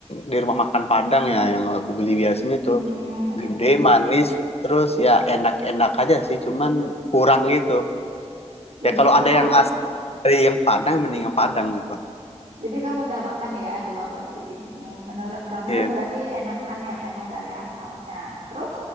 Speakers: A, on the left; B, on the right.
A: di rumah makan Padang ya, yang aku beli biasanya
B: Hmm,
A: tuh
B: mm,
A: gede,
B: mm.
A: manis, terus ya enak-enak aja sih. Cuman kurang gitu.
B: Jadi
A: Ya kalau
B: kamu
A: ada yang asli dari yang Padang, mending yang Padang gitu.
B: Jadi kamu udah makan ya dua versi ini. Menurut kamu
A: Iya.
B: berarti enakan yang emang dari asalnya. Terus